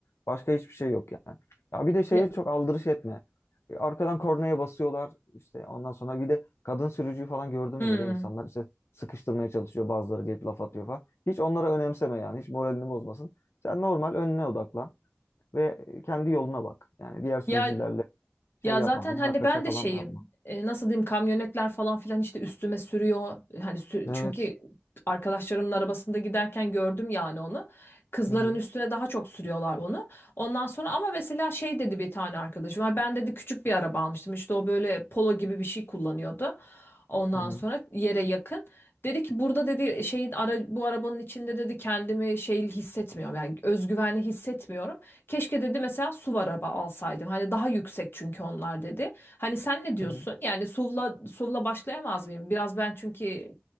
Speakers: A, on the left (about 75°); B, on the left (about 55°).
A: Başka hiçbir şey yok yani. Ya bir de şeye
B: Ya,
A: çok aldırış etme. E, Arkadan kornaya basıyorlar işte ondan sonra bir de kadın sürücüyü falan gördüm
B: hmm.
A: böyle insanlar işte sıkıştırmaya çalışıyor bazıları gelip laf atıyor falan. Hiç onlara önemseme yani hiç moralini bozmasın. Sen normal önüne odaklan ve kendi yoluna bak. Yani diğer sürücülerle
B: Ya
A: şey
B: Ya
A: yapma,
B: zaten
A: münakaşa
B: hani ben
A: falan
B: de şeyim
A: yapma.
B: e, nasıl diyeyim kamyonetler falan filan işte üstüme sürüyor hani sü-
A: Evet.
B: çünkü arkadaşlarımın arabasında giderken gördüm yani onu kızların
A: Hı hı.
B: üstüne daha çok sürüyorlar onu ondan sonra ama mesela şey dedi bir tane arkadaşım "Ay ben dedi küçük bir araba almıştım işte o böyle polo gibi bir şey kullanıyordu ondan
A: Hı hı.
B: sonra yere yakın dedi ki burada dedi şeyin ara, bu arabanın içinde dedi kendimi şey hissetmiyorum yani özgüvenli hissetmiyorum Keşke dedi mesela SUV araba alsaydım. Hani daha yüksek çünkü onlar dedi. Hani sen ne diyorsun?
A: Hı hı.
B: Yani SUV'la SUV'la başlayamaz mıyım? Biraz ben çünkü